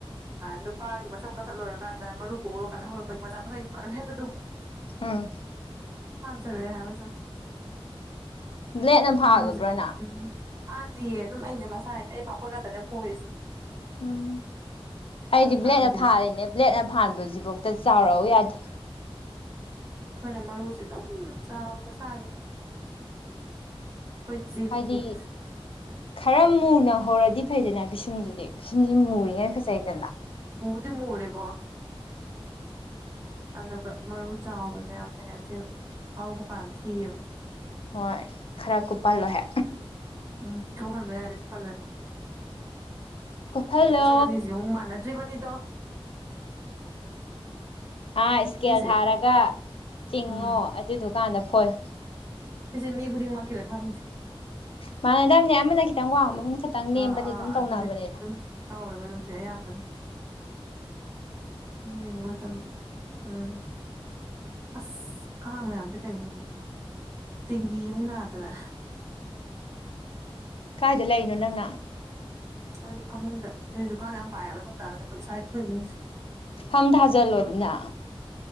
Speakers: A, on the right (about 30°); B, on the left (about 65°).
A: ꯅꯨꯄꯥꯒꯤ ꯃꯁꯝ ꯀꯛꯊꯠꯂꯨꯔꯀꯥꯟꯗ ꯃꯔꯨꯞ ꯀꯧꯔꯣ ꯀꯥꯟꯗꯣꯔꯛꯣ ꯃꯆꯥ ꯃꯆꯥ ꯌꯨꯝ ꯈꯔ ꯍꯥꯏꯕꯗꯣ
B: ꯑꯥ
A: ꯆꯔꯦ ꯍꯥꯏꯕ ꯆ
B: ꯕ꯭ꯂꯦꯠꯅ ꯐꯥꯜꯂꯨꯕ꯭ꯔꯥ
A: ꯃꯔꯨꯖ
B: ꯅꯪ
A: ꯎꯝ ꯐꯥꯟꯗꯦꯌꯦ ꯑꯗꯨꯝ ꯑꯩꯅꯦ ꯃꯁꯥ ꯍꯥꯏꯅ ꯑꯩ ꯄꯥꯐꯣꯏ ꯉꯥꯛꯇꯅꯦ ꯐꯣꯔꯤꯁꯦ
B: ꯎꯝ ꯑꯩꯗꯤ
A: ꯐꯥꯟꯗꯦꯕ
B: ꯕ꯭ꯂꯦꯦꯛꯅ ꯐꯥꯔꯤꯅꯦ ꯕ꯭ꯂꯦꯦꯛꯅ ꯐꯥꯟꯕꯁꯤꯐꯥꯎ ꯆꯥꯎꯔꯛꯑꯣ ꯌꯥꯗꯦ
A: ꯑꯩꯈꯣꯏꯅ ꯃꯔꯨꯁꯦ ꯑꯗꯨꯝ ꯆꯥꯎꯋꯤ ꯃꯁꯥꯒꯤꯅꯤ ꯀꯣꯏ ꯖꯤꯤꯟꯒꯤꯟ
B: ꯍꯥꯏꯗꯤ ꯈꯔ ꯃꯨꯅ ꯍꯧꯔꯗꯤ ꯐꯩꯗꯅ ꯤꯁꯨꯝꯁꯤꯗꯤ ꯕꯤꯁꯨꯝꯁꯤ ꯃꯨꯔꯤꯉꯩ ꯐꯖꯩꯗꯅ
A: ꯗꯤ ꯃꯔꯦꯀꯣ ꯑꯗꯨꯒ ꯃꯔꯨ ꯆꯥꯎꯕꯁꯦ ꯌꯥꯝ ꯍꯦꯅꯛꯇꯤ ꯍꯧꯔꯛꯄ ꯀꯥꯟ ꯊꯤꯌꯦꯕ
B: ꯍꯣꯏ ꯈꯔ ꯀꯨꯞꯍꯜꯂꯣꯍꯦ
A: ꯎꯝ ꯀ ꯍꯟꯕ ꯌꯥꯔꯦꯀꯣ ꯄꯂꯅ
B: ꯀꯨꯞꯍꯜꯂꯣ
A: ꯅꯨꯄꯤ ꯁꯨꯝ ꯑꯅꯤꯁꯤ ꯑꯃꯨꯛ ꯃꯥꯟꯅꯗ꯭ꯔꯤꯕꯅꯤꯗꯣ
B: ꯑꯥ ꯏꯁꯀꯦꯜ
A: ꯁꯤꯁꯦ
B: ꯊꯥꯔꯒ ꯆꯤꯡꯉꯣ
A: ꯎꯝ
B: ꯑꯗꯨꯗꯨꯀꯥꯟꯗ ꯐꯣꯏ
A: ꯑꯩꯁꯦ ꯃꯤ ꯈꯨꯗꯤꯡꯃꯛꯀꯤꯔꯥ ꯈꯪꯗꯦ
B: ꯃꯥꯥꯟꯗꯝꯅ‌ꯦ ꯌꯥꯝ ꯈꯤꯇꯪ ꯋꯥꯡꯕ
A: ꯑꯗꯣ
B: ꯈꯈꯤꯛꯇꯪ ꯅꯦꯝꯕꯗꯤ
A: ꯑꯥ ꯑꯥ
B: ꯑꯗꯨꯝ ꯇꯧꯅꯕꯅꯦꯅ
A: ꯑꯗꯨꯅꯦ ꯑꯗꯨꯝ
B: <inaudible>
A: ꯇꯧꯋꯦꯕ ꯑꯗꯨꯝ ꯁꯤ ꯑꯌꯥꯝꯕꯅ ꯁꯨꯝ ꯌꯦꯡ ꯃꯇꯝꯗ ꯎꯝ ꯑꯁ ꯀꯥꯡ ꯃꯌꯥꯝꯁꯦ ꯀꯩꯅꯣꯅꯦ ꯗꯦꯡꯒꯤꯌꯨ ꯅꯥꯗꯅ
B: ꯀꯗꯥꯥꯏꯗ ꯂꯩꯔꯤꯅꯣ ꯅꯪꯅ
A: ꯅꯣꯏꯒꯤ ꯐꯃꯨꯡꯗ ꯑꯗꯨꯏꯁꯨ ꯀꯥꯡ ꯌꯥꯝ ꯄꯥꯏꯑꯕ ꯅꯨꯡꯗꯥꯡꯗ ꯑꯩꯈꯣꯏ ꯏꯁꯥ ꯑꯩꯈꯣꯏ ꯏꯃꯨꯡꯁꯦ
B: ꯐꯝ ꯊꯥꯖꯜꯂꯣ ꯑꯗꯨꯅ